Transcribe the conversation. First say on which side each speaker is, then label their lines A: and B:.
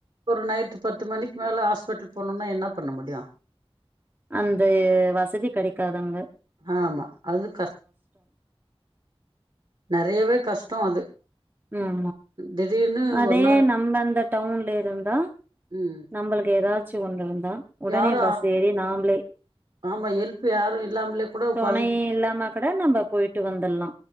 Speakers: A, on the right (about 50°); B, on the right (about 20°).
A: ஒரு நைட்டு பத்து மணிக்கு மேல ஹாஸ்பிட்டல் போனோனா என்ன பண்ண முடியு
B: அந்த வசதி கெடைக்காதங்க
A: ஆமா அது கஷ் நெறையவே கஷ்டோ அது
B: ம்
A: திடீர்னு
B: அதே
A: ஒரு நாள்
B: நம்ப அந்த டவுன்ல இருந்தா
A: ம்
B: நம்மளுக்கு ஏதாச்சு ஒண்ட்ருந்தா உடனே
A: யாரு
B: பஸ் ஏறி நாம்பலே
A: ஆமா ஹெல்ப் யாரு இல்லாமலே கூட
B: தொணையே
A: கொழந்
B: இல்லாம கூட நம்ப போயிட்டு வந்துட்லா